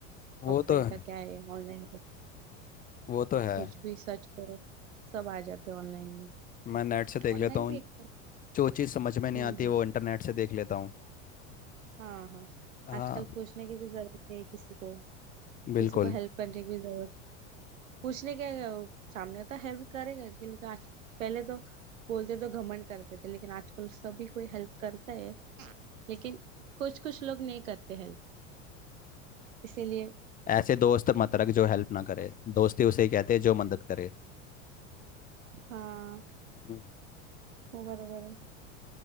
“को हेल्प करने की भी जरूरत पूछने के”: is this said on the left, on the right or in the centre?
Right